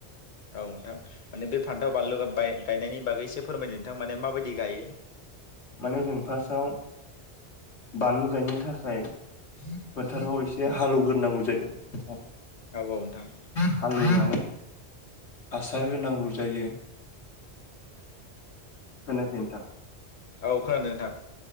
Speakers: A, on the left (about 45°); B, on the left (about 80°).
A: औ नोंथां माने बे फान्थाव बानलु बाय गायनायनि बागै एसे फोरमायदो। नोंथां माने माबायदि गायो
B: माने जों फार्स्टआव बानलु गायनो थाखाय फोथाराव एसे हाल एवग्रोनांगौ जायो
A: औ औ नोंथां
B: हालुनानै हासार होनांगौ जायो। खोनायासै नोंथां
A: औ खोनादों नोंथां